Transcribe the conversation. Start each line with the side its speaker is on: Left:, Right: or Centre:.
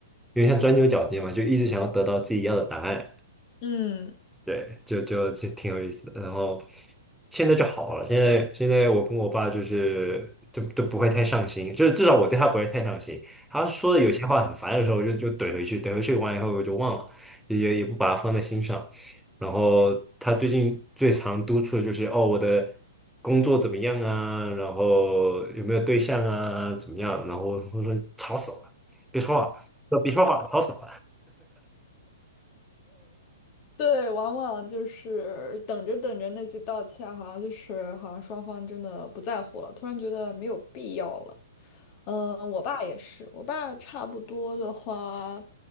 Centre: 有点像钻牛角尖嘛，就一直想要得到自己要的答案，
Left: 嗯，
Centre: 对，就就就挺有意思的。然后现在就好了，现在现在我跟我爸就是都都不会太上心，就是至少我对他不会太上心。他说的有些话很烦的时候，
Left: 对。
Centre: 我就就怼回去，怼回去完以后我就忘了，也也也不把它放在心上。然后他最近最常督促的就是哦，我的工作怎么样啊？然后有没有对象啊？怎么样？然后我说吵死了，别说话，别说话，吵死了。
Left: 对，往往就是等着等着，那句道歉好像就是好像双方真的不在乎了，突然觉得没有必要了。嗯、我爸也是，我爸差不多的话，